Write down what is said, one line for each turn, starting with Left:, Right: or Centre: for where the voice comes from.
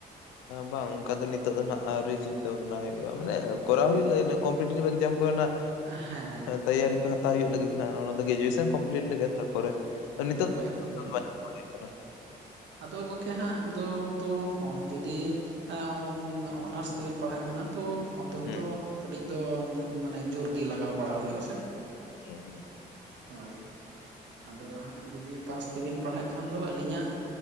Left: ᱵᱟᱝ ᱚᱱᱠᱟ ᱫᱚ ᱱᱤᱛᱚᱜ ᱫᱚ ᱱᱟᱜ ᱟᱹᱣᱨᱤ ᱪᱤᱱᱛᱟᱹ ᱵᱷᱟᱵᱽᱱᱟ ᱦᱩᱭᱩᱜ-ᱟ, ᱢᱟᱱᱮ ᱠᱚᱨᱟᱣ ᱦᱩᱭᱩᱜᱼᱟ, ᱤᱱᱟᱹ ᱠᱚᱢᱯᱤᱴᱤᱮᱴᱤᱵᱷ ᱮᱠᱡᱟᱢ ᱠᱚ ᱨᱮᱱᱟᱜ᱾
Right: ᱦᱮᱸ
Left: ᱛᱮᱭᱟᱨᱤ ᱠᱚ ᱦᱟᱛᱟᱣ ᱦᱩᱭᱩᱜ ᱞᱟᱹᱜᱤᱫ ᱱᱟ, ᱚᱱᱟ ᱫᱚ ᱜᱨᱮᱡᱩᱭᱮᱥᱚᱱ ᱠᱚᱢᱯᱞᱤᱴ ᱞᱮᱜᱮ, ᱛᱟᱨᱯᱚᱨᱮ ᱱᱤᱛᱳᱜ
Right: ᱯᱟᱭᱚᱜ ᱜᱮ ᱵᱤᱱ?
Left: <unintelligible> ᱠᱟᱱᱟ᱾
Right: ᱟᱫᱚ ᱜᱚᱝᱠᱮ ᱦᱟᱸᱜ ᱟᱫᱚ ᱛᱚ ᱡᱩᱫᱤ ᱮ-ᱚᱢ-ᱚᱱᱟᱨᱥ ᱛᱮᱵᱤᱱ ᱯᱟᱲᱦᱟᱜ ᱠᱟᱱᱟ᱾ ᱛᱳ ᱚᱱᱛᱮ ᱦᱚᱛᱚ
Left: ᱦᱩᱸ
Right: ᱠᱟᱹᱴᱤᱡ ᱫᱚ ᱢᱟᱱᱮ ᱡᱳᱨᱜᱮ ᱞᱟᱜᱟᱣ ᱵᱟᱲᱟᱣ ᱦᱩᱭᱩᱜᱼᱟ ᱥᱮ᱾
Left: ᱦᱩᱸ ᱦᱩᱸ ᱾
Right: ᱦᱳᱭ, ᱟᱫᱚ ᱦᱟᱸᱜ ᱡᱩᱫᱤ ᱯᱟᱥ ᱛᱮᱵᱤᱱ ᱯᱟᱲᱦᱟᱜ ᱠᱷᱟᱱ ᱫᱚ ᱟᱹᱞᱤᱧᱟᱜ